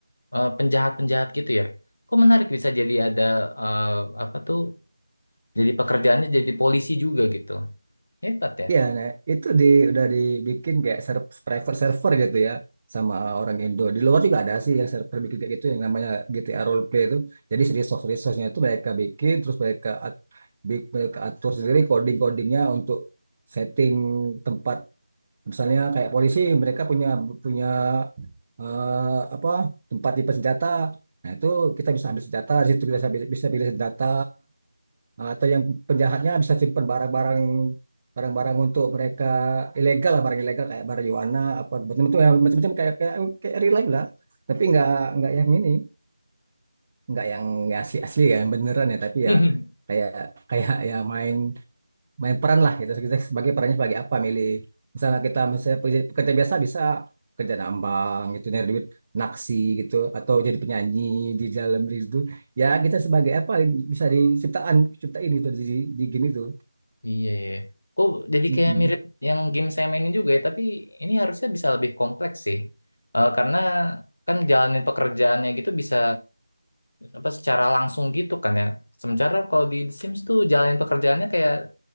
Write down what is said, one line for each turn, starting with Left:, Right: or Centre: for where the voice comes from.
Left: eh, penjahat-penjahat gitu ya. Kok menarik bisa jadi ada eh, apa tuh? Jadi pekerjaannya jadi polisi juga gitu. Hebat
Right: Iya, nah, itu di udah dibikin kayak ser- private server gitu ya sama orang Indo. Di luar juga ada sih yang server bikin kayak gitu yang namanya GTA Roleplay itu. Jadi si resource-resource-nya itu mereka bikin terus mereka at- bi- mereka atur sendiri coding-codingnya untuk setting tempat misalnya kayak polisi mereka punya punya eh, apa tempat tipe senjata. Nah, itu kita bisa ambil senjata, di situ kita bisa bisa pilih senjata. Nah, atau yang penjahatnya bisa simpan barang-barang barang-barang untuk mereka ilegal lah barang ilegal kayak marijuana apa macam-macam ya, macam-macam kayak kayak kayak real life lah tapi nggak nggak yang ini nggak yang asli asli ya yang beneran ya tapi
Left: ya.
Right: ya
Left: <laughs>
Right: kayak kayak ya main main peran lah gitu kita sebagai perannya sebagai apa milih misalnya kita misalnya pekerja, pekerja biasa bisa kerja nambang gitu nyari duit naksi gitu atau jadi penyanyi di dalam diri itu ya kita sebagai apa bisa diciptaan ciptain gitu di, di, di game itu
Left: Iya ya. Kok jadi
Right: Mm-mm.
Left: kayak mirip yang game saya mainin juga ya, tapi ini harusnya bisa lebih kompleks sih. Eh, karena kan jalanin pekerjaannya gitu bisa apa secara langsung gitu kan ya. Sementara kalau di The Sims tuh jalanin pekerjaannya kayak